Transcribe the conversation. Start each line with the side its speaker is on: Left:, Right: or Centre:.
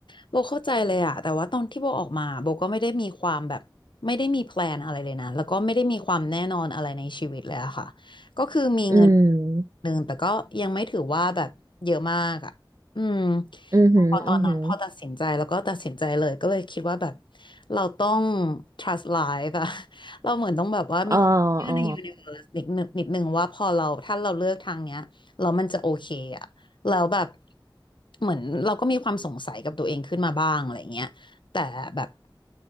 Left: โบเข้าใจเลยอะแต่ว่าตอนที่โบออกมาโบก็ไม่ได้มีความแบบไม่ได้มีแพลนอะไรเลยนะแล้วก็ไม่ได้มีความแน่นอนอะไรในชีวิตเลยอะค่ะก็คือมีเงิน
Right: ืม
Left: หนึ่งแต่ก็ยังไม่ถือว่าแบบเยอะมากอะอืม
Right: อือหืออืมอหืม
Left: พอตอนนั้นพอตัดสินใจแล้วก็ตัดสินใจเลยก็เลยคิดว่าแบบเราต้อง trust life อะ <laughs> เราเหมือนต้องแบบว่ามีความเชื่อใน
Right: อ๋ออ๋อ
Left: universe นิดนึงนิดนึงว่าพอเราถ้าเราเลือกทางเนี้ยแล้วมันจะโอเคอะ แล้วแบบเหมือนเราก็มีความสงสัยกับตัวเองขึ้นมาบ้างอะไรเงี้ยแต่แบบ